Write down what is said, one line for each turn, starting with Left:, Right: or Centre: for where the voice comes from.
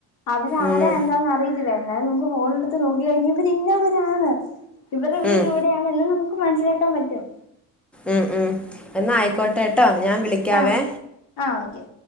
Left: അവര് ആരാ
Centre: ഉം
Left: എന്താന്ന് അറിയി എന്നാലും നമുക്ക് ഫോണ് എടുത്ത് നോക്കി കഴിഞ്ഞ് ഇവര് ഇന്നവരാണ് ഇവര്ടെ വീട്
Centre: ഉം
Left: ഇവി ടെയാണ് എല്ലും നമുക്ക് മനസ്സിലാക്കാൻ പറ്റും
Centre: ഉം ഉം എന്നാ ആയിക്കോട്ടെ ട്ടോ ഞാൻ വിളിക്കാവേ
Left: ആഹ് ആഹ് ഓക്കെ